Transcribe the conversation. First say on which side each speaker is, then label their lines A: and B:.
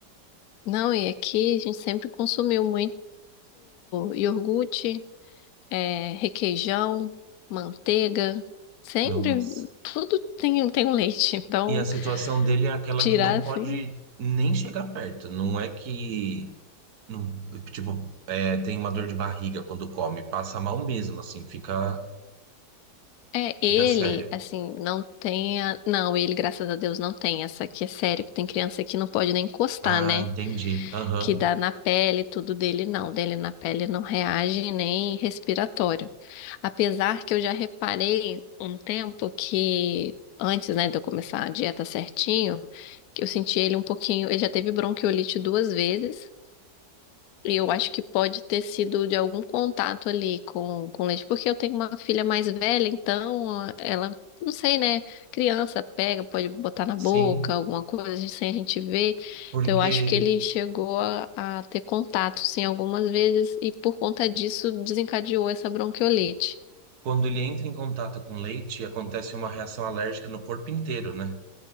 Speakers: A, on the left (about 70°); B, on the right (about 65°).
A: Não, e aqui a gente sempre consumiu muito iogurte, é, requeijão, manteiga, sempre
B: Nossa.
A: tudo tem, tem um leite. <laughs> Então,
B: E a situação dele é aquela
A: tirar
B: que não pode
A: assim.
B: nem chegar perto. Não é que, não- tipo, é, tem uma dor de barriga quando come, passa mal mesmo, assim, fica,
A: É,
B: fica
A: ele,
B: sério.
A: assim, não tem a... Não, ele, graças a Deus, não tem essa que é sério, que tem criança que não pode nem encostar,
B: Ah,
A: né?
B: entendi. Aham,
A: Que dá na pele, tudo dele não. Dele na pele não reage nem respiratório. Apesar que eu já reparei um tempo que, antes, né, de eu começar a dieta certinho, que eu senti ele um pouquinho. Ele já teve bronquiolite duas vezes. Eu acho que pode ter sido de algum contato ali com, com leite, porque eu tenho uma filha mais velha, então ah, ela, não sei, né? Criança pega, pode botar na
B: sim.
A: boca, alguma coisa a gente- sem a gente ver.
B: Porque
A: Então eu acho que ele chegou a, a ter contato, sim, algumas vezes, e por conta disso desencadeou essa bronquiolite.
B: quando ele entra em contato com leite, acontece uma reação alérgica no corpo inteiro, né?